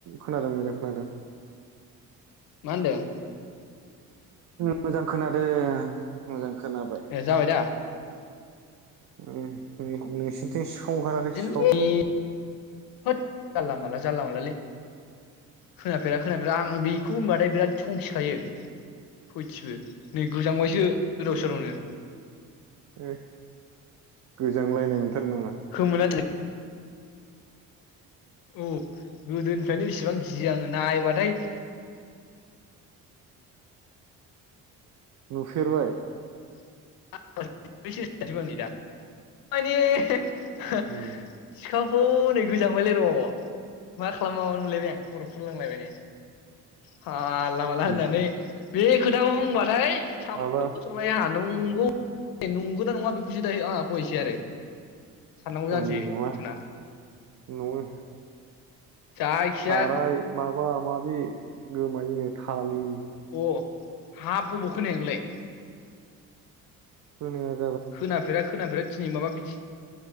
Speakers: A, on the right (about 50°); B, on the left (about 70°).
A: खोनादों मोजां खोनादों
B: मा होनदों
A: मोजां खोना दे मोजां खोनाबाय
B: ए जाबाय दा
A: ओम नोंसिनिथिं ओंखाराखै
B: <unintelligible>
A: सिखाव
B: होत जानला मोनला जानला मोनलालै खोनाफेरा खोनाफेरा आं बेखौ होनबाथाय बिराद संखिखायो सयथिबो नै गोजांबायसो गोदाव सोरावनो
A: ए गोजांलायनाय मोनथारो नामा
B: खोमोन औ गोदोनि बिसिबां गियो आङो नायबाथाय
A: नुफेरबाय
B: <unintelligible>
A: उम
B: सिखाव हनै गोजांबायलै र' मा खालामनो मा मानो मोनलायबाय आं खर'फोर खुरनांलायबाय नै जानला मोनला होननानै
A: उम
B: बे खोथाखौ बुंबाथाय साम
A: माबा
B: <unintelligible> नंगौ नंगौना नङा बेखौसे दायो आंहा <unintelligible> फायसै आरो साननांगौ जानोसै
A: अय नामा
B: टेनसना
A: नआवनो
B: जायखिजाया
A: साराय माबा माबि बे गोमायनो थालिर
B: अ हाब अबाव खोनाया नोलाय
A: <unintelligible>
B: खोना फेरा खोना फेरा दिनै माबा बिदि